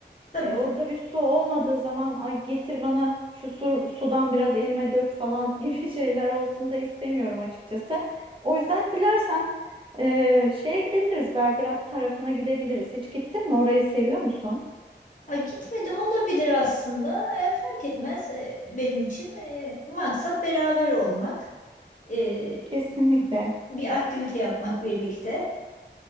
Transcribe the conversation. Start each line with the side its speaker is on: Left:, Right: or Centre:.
Left: Tabii.
Right: E, orada bir su olmadığı zaman ay getir bana şu su, sudan biraz elime dök falan <laughs> gibi şeyler olsun da istemiyorum açıkçası. O yüzden dilersen e, şeye gidebiliriz. Belgrad tarafına gidebiliriz. Hiç gittin mi? Orayı seviyor musun?
Left: Ha, gitmedim olabilir aslında. E, fark etmez E, benim için. e, maksat beraber olmak. E,
Right: Kesinlikle.
Left: bir aktivite yapmak birlikte.